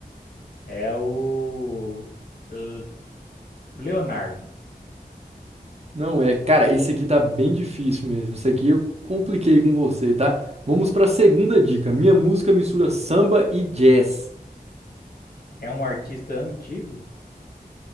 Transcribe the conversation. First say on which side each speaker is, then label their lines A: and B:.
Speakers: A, on the left; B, on the right.
A: é o L- Leonardo.
B: Não é, cara, esse aqui tá bem difícil mesmo. Esse aqui eu compliquei com você, tá? Vamos pra segunda dica. Minha música mistura samba e jazz.
A: É um artista antigo